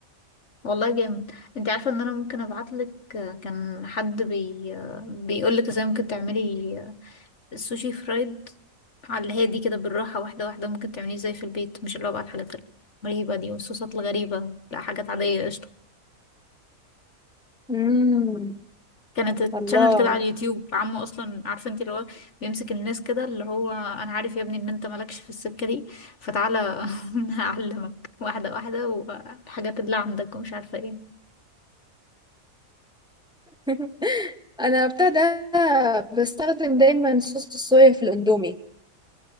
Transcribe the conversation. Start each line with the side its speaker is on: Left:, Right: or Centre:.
Left: والله جامد انت عارفة ان انا ممكن ابعتلك آه، كان حد بي آه، بيقولك ازاي ممكن تعملي السوشي فرايد على الهادي كده بالراحة واحدة واحدة ممكن تعمليه زي في البيت مش اللي هو بقى الحاجات الغريبة دي والصوصات الغريبة لا حاجات عادية قشطة
Centre: امم
Left: كانت
Centre: الله
Left: تشانل كده على اليوتيوب عمو اصلا عارفه انت اللي هو بيمسك الناس كده اللي هو انا عارف يا ابني ان انت مالكش في السكه دي فتعالى <laughs> أنا هعلمك واحده واحده والحاجات اللي عندك ومش عارفه ايه
Centre: <laughs> انا ابتدى بستخدم دايما صوص الصويا في الاندومي